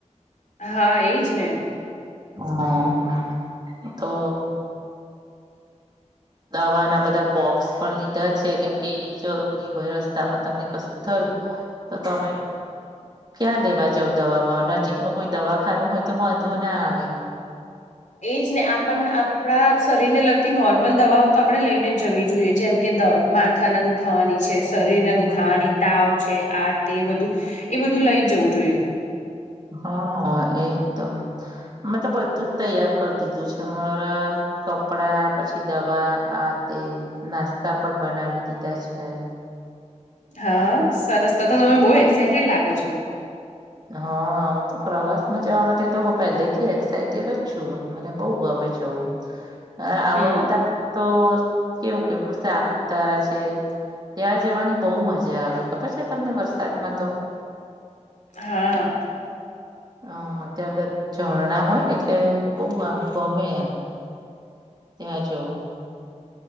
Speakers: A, on the left (about 80°); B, on the right (about 35°).
A: હા એજ ને.
B: હા તો. દવા ના બધા બોક્સ પણ લીધા છે કેમ કે એ જરૂરી. હોય રસ્તામાં તમને કશું થયું, તો તમે ક્યાં લેવા જાવ દવા નજીકમાં કોઈ દવાખાનું હોય તો વાંધો ના આવે.
A: એજ ને આપણ આપણા શરીર ને લગતી નોર્મલ દવાઓ તો આપણે લઈને જવી જોઈએ જેમ કે દ માથાના દુ દુખાવાની છે શરીરને દુખાવાની તાવ છે આ તે બધું, એ બધું લઈ જવું જોઈએ.
B: હા એજ તો મેં તો બધું જ તૈયાર કરી દીધું છે મામારા કપડા પછી દવા આ તે નાસ્તા પણ બનાવી દીધા છે.
A: હા સરસ તો તો તમે બહુ એક્સાઈટેડ લાગો છો.
B: હા હું તો પ્રવાસમાં જવા માટે તો હું પહેલેથી એક્સાઈટેડ જ છું મને બઉુ ગમે જઉં.
A: <inaudible>
B: હ આવાારા
A: હમ
B: તો કેવું કેું સાપુતારા છે. ત્યાં જવાની બહુ મજા આવે ખબર છે તમને વરસાદમાં તો.
A: હા.
B: હ ત્યાં બધા ઝરણા હોય ને એટલે બહુ આંખું ગમે એમ ત્યાં જવું.